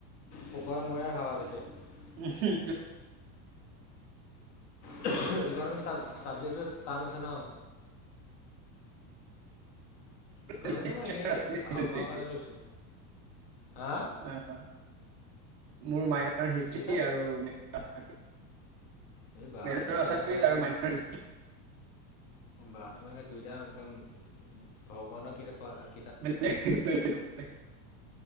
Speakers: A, on the left (about 20°); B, on the right (about 90°).
A: পুকৰে মূৰে হাৱা গৈছে <unintelligible>
B: উমু <unintelligible>
A: <unintelligible> ইকনমিক্স চাব-চাবজেক্টটো টান আছে ন?
B: <unintelligible>
A: ইকনমিক্সে মই এনেই ভাল পাওঁ কাৰণে
B: অঁ।
A: লৈছোঁ হা
B: মোৰ মাইনৰ হিষ্ট্ৰ্ৰী
A: কি কৈছা
B: আৰু <unintelligible>
A: এই বা
B: মেজৰ
A: দুয়োটাই
B: আছামিজ
A: একেবাৰে
B: আৰু মাইনৰ হিষ্ট্ৰী।
A: বাহ তোমাৰ এ দুইটা একদম ভগৱানৰ কিপা <unintelligible>
B: ব <unintelligible>